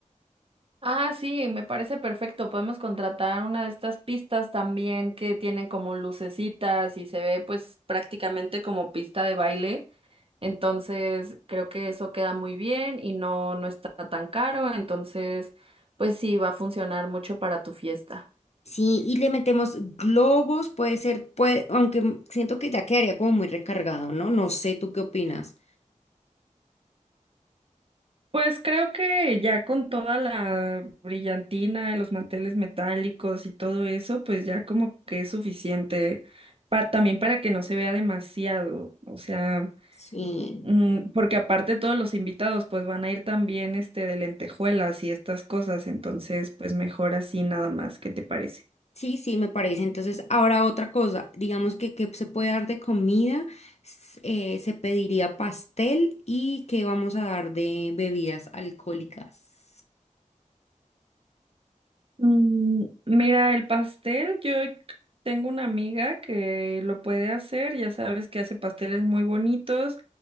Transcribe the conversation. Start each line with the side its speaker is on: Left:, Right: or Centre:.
Right: Ah, sí, me parece perfecto. Podemos contratar una de estas pistas también que tienen como lucecitas y se ve pues prácticamente como pista de baile. Entonces, creo que eso queda muy bien y no, no está tan caro. Entonces, pues sí, va a funcionar mucho para tu fiesta.
Left: Sí, y le metemos globos, puede ser, puede, aunque m- siento que ya quedaría como muy recargado, ¿no? No sé, ¿tú qué opinas?
Right: Pues creo que ya con toda la brillantina, y los manteles metálicos y todo eso, pues ya como que es suficiente pa- también para que no se vea demasiado, o sea,
Left: Sí.
Right: mm, porque aparte todos los invitados pues van a ir también este de lentejuelas y estas cosas, entonces pues mejor así nada más, ¿qué te parece?
Left: Sí, sí, me parece. Entonces, ahora otra cosa, digamos que, que se puede dar de comida, s- eh, se pediría pastel y que vamos a dar de bebidas alcohólicas.
Right: Mm, Mira, el pastel, yo tengo una amiga que lo puede hacer, ya sabes que hace pasteles muy bonitos.